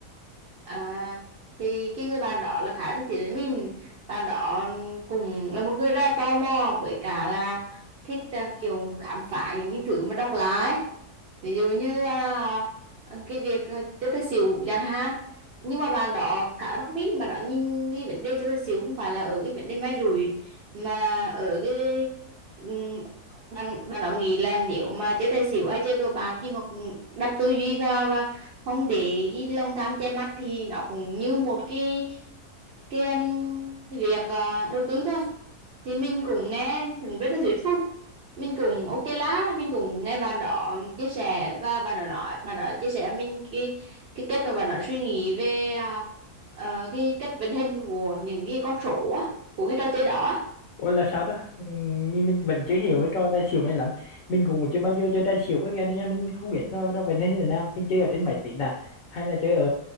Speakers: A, on the right; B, on the left.
A: À, thì cái người bạn đó là khá thích thú với mình bạn đó cũng là một người rất là tò mò với cả là thích à, kiểu khám phá những cái thứ mà độc lạ ấy. ví dụ như à, cái việc à, chơi tài xỉu chẳng hạn nhưng mà bạn đó khá là thông minh mà đó nhìn cái vấn đề chơi tài xỉu không phải là ở cái vấn đề may rủi mà ở cái ừm, bạn bạn đó nghĩ là nếu mà chơi tài xỉu hay chơi cờ bạc khi mà đặt tư duy vào và không để ý lòng tham che mắt thì nó cũng như một cái cái um, việc ờ, đầu tư thôi thì mình cũng nghe cũng rất là thuyết phục mình cũng ok lá mình cũng nghe bạn đó chia sẻ và bạn đó nói bạn đó chia sẻ với mình cái cái cách mà bạn đó suy nghĩ về à, ờ, cái cách vận hành của những cái con số á, của cái trò chơi đó á.
B: ủa là sao ta Ừm, mình mình vẫn chưa hiểu cái trò tài xỉu này lắm mình cũng chưa bao giờ chơi tài xỉu cái game này nha mình không biết nó nó vậy nên như thế nào mình chơi ở trên máy tính à hay là chơi ở,